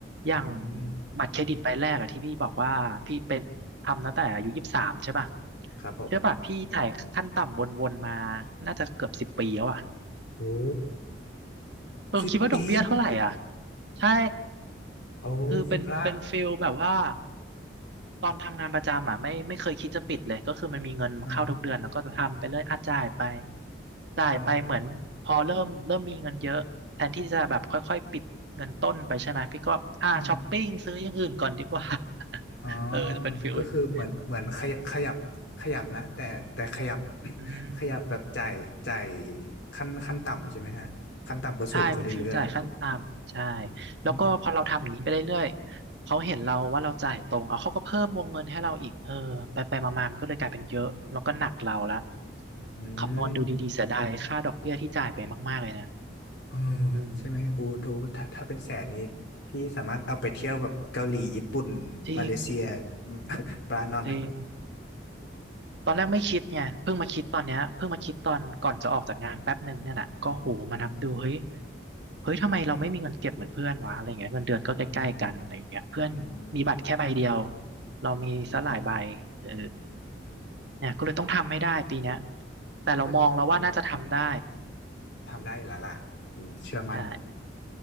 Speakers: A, on the right; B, on the left.
A: อย่าง
B: อืม
A: บัตรเครดิตใบแรกอะที่พี่บอกว่าพี่เป็นทำตั้งแต่อายุยี่สิบสามใช่ป่ะ
B: ครับผม
A: เชื่อป่ะพี่ถ่ายขั้นต่ำวนๆมาน่าจะเกือบสิบปีแล้วอะ
B: โอ้
A: เออคิดว่าดอกเบี้ยเท่าไหร่อ่ะ
B: สิบปี
A: ใช่
B: โอ้คุณพระ
A: คือเป็นเป็นฟิลแบบว่าตอนทำงานประจำอ่ะไม่ไม่เคยคิดจะปิดเลยก็คือมันมีเงินเข้าทุกเดือนแล้วก็จะทำไปเรื่อยอ่ะจ่ายไป
B: อ่า
A: จ่ายไปเหมือนพอเริ่มเริ่มมีเงินเยอะแทนที่จะแบบค่อยๆปิดเงินต้นไปใช่ไหมพี่ก็อ่าช้อปปิ้งซื้ออย่างอื่นก่อนดีกว่า
B: เออแต่ใช่อ๋อ
A: <laughs> เออจะเป็นฟิลอย่างนี้
B: ก็คือเหมือนเหมือนขยับขยับขยับนะแต่แต่ขยับ <coughs>
A: อืม
B: <laughs> ขยับแบบจ่ายจ่ายขั้นขั้นต่ำใช่ไหมฮะขั้นต่ำก็สูงขึ้นเรื่อย
A: ใช่เป็นฟิวจ่ายขั้นต่ำใช่แล้วก็พอเราทำอย่างนี้ไปเรื่อยๆเขาเห็นเราว่าเราจ่ายตรงเอาเขาก็เพิ่มวงเงินให้เราอีกเออไปไปมาๆมันก็เลยกลายเป็นเยอะแล้วก็หนักเราละ
B: ๆอื
A: คำนวณดูดีๆเสียดายค่าดอกเบี้ยที่จ่ายไปมากๆเลยนะ
B: มเออ
A: อืม
B: ใช่ไหมอูดูถ้าถ้าเป็นแสนนี้พี่สามารถเอาไปเที่ยวแบบเกาหลีญี่ปุ่น
A: จริง
B: มาเลเซีย <laughs> บรานอน
A: จริง ตอนแรกไม่คิดไงเพิ่งมาคิดตอนเนี้ยเพิ่งมาคิดตอนก่อนจะออกจากงานแป๊บหนึ่งเนี่ยแหละก็โหมานับดูเฮ้ย
B: <laughs> อืม
A: เฮ้ยทำไมเราไม่มีเงินเก็บเหมือนเพื่อนวะอะไรเงี้ยเงินเดือนก็ใกล้ๆกันอะไรเงี้ยเพื่อนมีบัตรแค่ใบเดียว
B: อืมอืม
A: เรามีซะหลายใบ
B: อืม
A: เออ
B: อืม
A: เนี่ยก็เลยต้องทำให้ได้ปีเนี้ยแต่เรามองแล้วว่าน่าจะทำได้
B: ก็ทำได้อยู่แล้วล่ะอืมเชื่อมั่น
A: ใช่